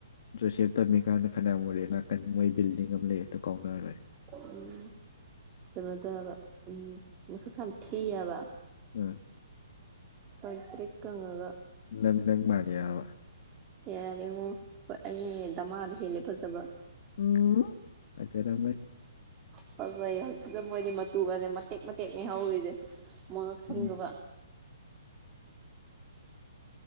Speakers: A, on the left (about 50°); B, on the right (about 20°).
A: ꯖꯣꯁꯦꯞ ꯇꯝꯃꯤꯀꯥꯟꯗ ꯐꯅꯥ ꯃꯣꯔꯦ ꯅꯥꯀꯟ ꯃꯣꯏ ꯕꯤꯜꯗꯤꯡ ꯑꯃ ꯂꯩ ꯑꯗꯨꯣ ꯀꯥꯎꯅꯔꯦ
B: ꯎꯝ ꯀꯩꯅꯣ ꯇꯕ ꯎꯝ ꯃꯁꯨꯁꯨ ꯈꯝ ꯊ ꯌꯥꯕ
A: ꯑ
B: ꯀꯇꯔꯤ ꯀꯉꯒ
A: ꯅꯪ ꯅꯪ ꯃꯥꯜꯂꯤꯔꯛꯑꯕ
B: ꯌꯥꯔꯦꯡꯉꯣ ꯍꯣꯏ ꯑꯩ ꯗꯃꯥꯗ ꯍꯦꯜꯂꯦ ꯐꯖꯕ
A: ꯎꯝ ꯑꯆꯔꯝꯕ
B: ꯐꯖꯩꯌꯦ ꯑꯗꯨꯗ ꯃꯣꯏꯗꯤ ꯃꯇꯨꯒꯁꯦ ꯃꯇꯦꯛ ꯃꯇꯦꯛꯅꯤ ꯍꯧꯔꯤꯁꯦ ꯃꯅꯛ ꯁꯟꯗꯒꯥ
A: ꯎꯝ